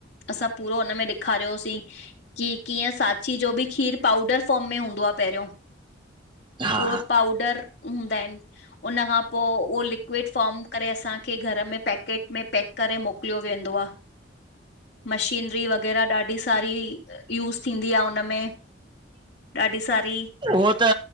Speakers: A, on the left; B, on the right.
A: असां पूरो हुनमें ॾेखारियोसीं की कीअं साची जो बि खीर पाउडर फॉर्म में हूंदो आह। पहियो
B: हा
A: पूरो पाउडर हूंदा एन। उन खां पो उहो लिक्विड फॉम करे असांखे घर में पैकेट में पैक करे मोकलियो वेंदो आह।
B: <inaudible>
A: मशीनरी वग़ैरहा ॾाढी सारी यूज़ थींदी आह उनमें। ॾाढी सारी
B: हो त